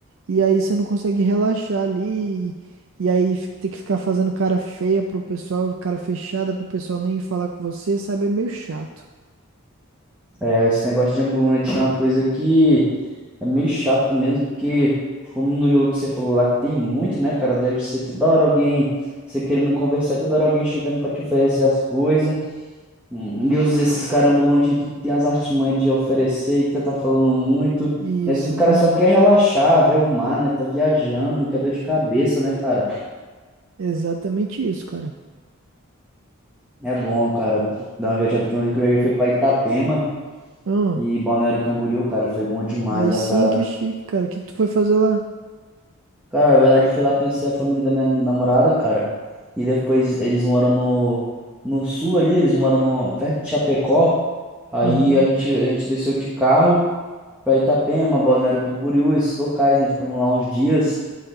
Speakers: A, on the right; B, in the centre.
A: E aí você não consegue relaxar ali. E e aí fi- ter que ficar fazendo cara feia pro pessoal, cara fechada pro pessoal nem falar com você, sabe? É meio chato.
B: É, esse negócio de ambulante é uma coisa que é meio chato mesmo, porque, como no jogo que você falou lá, que tem muito, né, cara? Deve ser toda hora alguém, você querendo conversar, toda hora alguém chegando pra te oferecer as coisas. Hum, E os- esses caras ambulantes aí, tudo tem as artimanhas de oferecer e que tá falando muito.
A: Isso,
B: às vezes o cara
A: verdade.
B: só quer relaxar, ver o mar, né? Tá viajando, não quer dor de cabeça, né, cara?
A: Exatamente isso, cara.
B: É bom, cara, dar uma viajada. A última vez que eu viajei foi pra Itapema
A: Ah,
B: e Balneário Camboriú, cara, foi bom demais,
A: aí
B: ó,
A: sim
B: cara.
A: que chique, cara. O que que tu foi fazer lá?
B: Cara, na verdade, fui lá conhecer a família da minha namorada, cara. E depois eles moram no, no sul ali, eles moram no, perto de Chapecó. Aí
A: Aham.
B: a gente, a gente desceu de carro pra Itapema, Balneário Camboriú, esses locais, né? Ficamos lá uns dias.